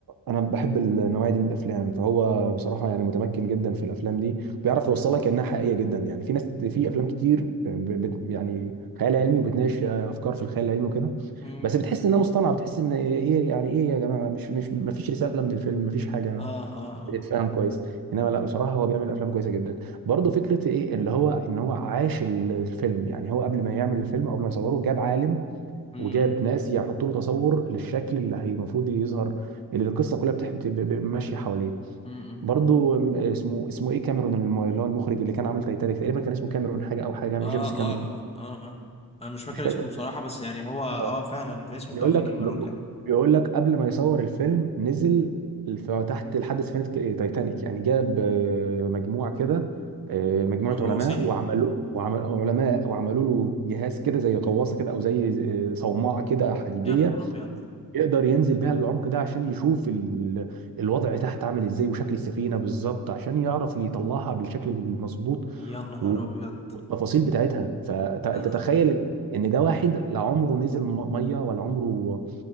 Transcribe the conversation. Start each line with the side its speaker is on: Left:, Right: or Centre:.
Right: أنا بحب النوعية دي من الأفلام فهو بصراحة يعني متمكن جدا في الأفلام دي وبيعرف يوصلك إنها حقيقية جدا يعني في ناس في أفلام كتير ب- بت يعني خيال علمي وبتناقش أفكار في الخيال العلمي وكده
Left: امم
Right: بس بتحس إنها مصطنعة بتحس إن إيه يعني إيه يا جماعة مش مش مفيش رسالة من الفيلم مفيش حاجة
Left: اه اه
Right: بتتفهم
Left: اه
Right: كويس إنما لا بصراحة هو بيعمل أفلام كويسة جدا برضه فكرة إيه اللي هو إن هو عاش الفيلم يعني هو قبل ما يعمل الفيلم أو قبل ما يصوره جاب عالم
Left: امم
Right: وجاب ناس يحطوا له تصور للشكل اللي هي المفروض يظهر اللي القصه كلها بتح- بت- ب- ب- ماشيه حواليه
Left: م -م.
Right: برضو ام، اسمه اسمه ايه كاميرون الم- اللي هو المخرج اللي كان عامل تايتانيك تقريبا كان اسمه كاميرون حاجه او حاجه
Left: اه
Right: جيمس
Left: اه
Right: كاميرون
Left: اه اه اه انا مش فاكر
Right: مش فاكر
Left: اسمه بصراحة بس يعني هو اه
Right: اه
Left: فعلا في اسمه
Right: بيقول
Left: كان فيه
Right: لك
Left: كاميرون
Right: ب-
Left: كده
Right: ب- بيقول لك قبل ما يصور الفيلم نزل في تحت لحد سفينه ك- تايتانيك يعني جاب اه، مجموعه كده اه، مجموعه
Left: الغواصين
Right: علماء وعملوا وعمل علماء وعملوا له جهاز كده زي غواصه كده او زي اه، صومعه كده حديديه
Left: يا نهار ابيض
Right: يقدر ينزل بيها العمق ده عشان يشوف ال... الوضع تحت عامل ازاي وشكل السفينة بالظبط عشان يعرف يطلعها بالشكل المظبوط
Left: يا نهار
Right: و...
Left: ابيض
Right: والتفاصيل بتاعتها فانت
Left: آه.
Right: تخيل ان إن ده واحد لا عمره نزل م- مية ولا عمره